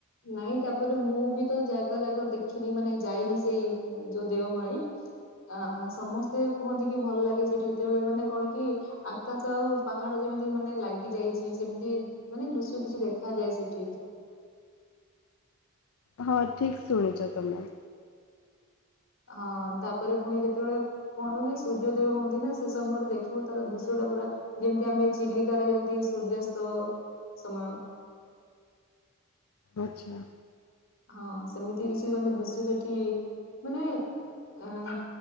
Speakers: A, on the left; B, on the left.
A: ନାଇଁ ତାପରେ ମୁଁ ବି ତ ଜାଗା ଜାଗା ଦେଖିନି। ମାନେ ଯାଇନି ସେଇ ଯୋଉ ଦେଓମାଳିୀ ଆ ସମସ୍ତେ କୁହନ୍ତି କି ଭଲ ଲାଗେ ସେଇଠି ଏତେବେଳେ ମାନେ କଣ କି ଆକାଶ ଆଉ ପାହାଡ ଯେମିତି ମାନେ ଲାଗି ଯାଇଛି। ସେମିତି ମାନେ ଲୁସୁ କିଛି ଦେଖାଯାଏ ସେଠି ସେଠି <inaudible>
B: ହଁ ଠିକ ଶୁଣିଛ ତମେ?
A: ହଁ ତାପରେ ପୁଣି ଯେତେବେଳେ କଣ ହ କି ସୂର୍ଯ୍ୟଦୟ ହୁଅନ୍ତି। ନା ସେ ସମୟରେ ଦେଖିବ ତାର ଦୃଶ୍ୟ ଟା ପୁରା ଯେମିତି ଆମେ ଚିଲିକାରେ ଯେମିତି ସୂର୍ଯ୍ୟସ୍ତ ସମୟ।
B: ଆଚ୍ଛା।
A: ହଁ ସେମିତି କିଛି ମାନେ ଦୃଶ୍ୟ ସେଠି ମାନେ ଅ